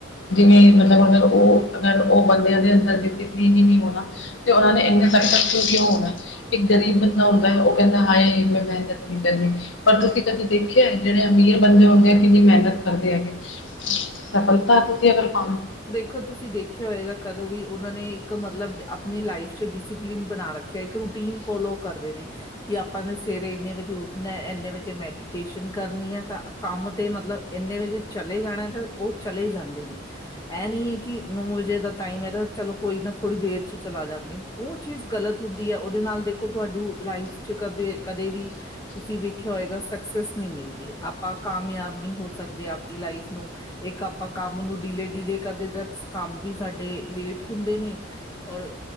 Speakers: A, on the left; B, on the left.
A: ਜਿਵੇ ਮਤਲਬ ਅਗਰ ਓ, ਅਗਰ ਉਹ ਬੰਦਿਆਂ ਦੇ ਅੰਦਰ ਡਿਸਪਲੀਨ ਹੀ ਨਈ ਹੋਨਾ ਤੇ ਉਹਨਾਂ ਨੇ ਐਨੇ ਸਕਸੇਸਫੁੱਲ ਕਿਉਂ ਹੋਣਾ। ਇੱਕ ਗ਼ਰੀਬ ਬੰਦਾ ਹੁੰਦਾ, ਉਹ ਕੈਂਦਾ, ਹਾਏ ਮੈਂ ਮੇਹਨਤ ਨਈ ਕਰਨੀ ਪਰ ਤੁਸੀ ਕਦੀ ਦੇਖਿਆ ਜੇੜੇ ਅਮੀਰ ਬੰਦੇ ਹੁੰਦੇ, ਉਹ ਕਿੰਨੀ ਮੇਹਨਤ ਕਰਦੇ ਹੈਗੇ। ਸਫਲਤਾ ਤੁਸੀ ਅਗਰ ਪਾਣਾ
B: ਅ ਤੁਸੀਂ ਦੇਖਿਆ ਹੋਏਗਾ। ਕਦੋ ਵੀ ਓਨਾਂ ਨੇ ਇੱਕ ਮਤਲਬ ਨੇ ਲਾਈਫ ਚ ਡਿਸਿਪਲਿਨ ਬਣਾ ਰੱਖਿਆ। ਇੱਕ ਰੂਟੀਨ ਫੋਲੋ ਕਰਦੇ ਨੇ ਕਿ ਆਪਾਂ ਨੇ ਸਵੇਰੇ ਇੰਨੇ ਵਜੇ ਉੱਠਨਾ, ਇੰਨੇ ਵਜੇ ਮੈਡੀਟੇਸ਼ਨ ਕਰਨੀ ਐ ਤਾਂ ਕੰਮ ਤੇ ਮਤਲਵ ਏਂਨੇ ਵਜੇ ਚਲੇ ਜਾਣਾ ਤਾ ਓ ਚਲੇ ਜਾਂਦੇ ਨੇ। ਐ ਨੀ ਹੈ ਕਿ ਨੌ ਵਜੇ ਦਾ ਟਾਈਮ ਹੈ ਤਾਂ ਚਲੋ ਕੋਈ ਨਾ ਥੋੜੀ ਦੇਰ ਚ ਚਲਾ ਜਾਂਗੇ। ਓ ਚੀਜ਼ ਗਲਤ ਹੁੰਦੀ ਹੈ। ਓਦੇ ਨਾਲ ਦੇਖੋ ਤੁਆਡੂੰ ਲਾਈਫ ਚ ਕਦੇ ਕਦੇ ਵੀ ਤੁਸੀਂ ਵੇਖਿਆ ਹੋਏਗਾ ਸਕਸੈਸ ਨਈ ਮਿਲਦੀ ਏ। ਆਪਾਂ ਕਾਮਯਾਬ ਨਈ ਹੋ ਸਕਦੇ, ਆਪਦੀ ਲਾਈਫ ਨੂੰ ਇੱਕ ਆਪਾਂ ਕੰਮ ਨੂੰ ਡੀਲੇ -ਡੀਲੇ ਕਰਦੇ ਦਾ, ਕੰਮ ਵੀ ਸਾਡੇ ਲੇਟ ਹੁੰਦੇ ਨੇ ਓਰ